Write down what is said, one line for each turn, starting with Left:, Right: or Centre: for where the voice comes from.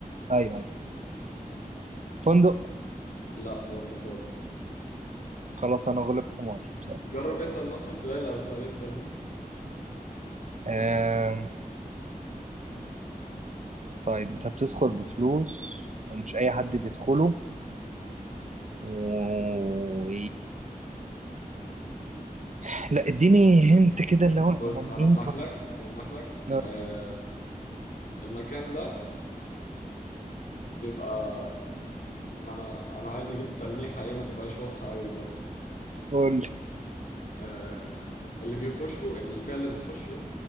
Right: ايوه ايوه فندق
Left: لا برضه خالص
Right: خلاص انا غلبكم وارد بصراحة
Left: جرب اسأل مثلا سؤال او سؤالين تانيين
Right: آم، طيب انت بتدخل بفلوس ومش اي حد بيدخله و... <laughs> لا اديني هنت كده اللي هو يعني
Left: بص هلمح
Right: ايه طب
Left: لك هلمح لك
Right: لا،
Left: آه المكان ده بيبقى ما انا انا عايز اجيب التلميحه ايه ما تبقاش واضحه قوي برضه
Right: قول لي.
Left: آه اللي بيخشوا الفئه اللي بتخشوا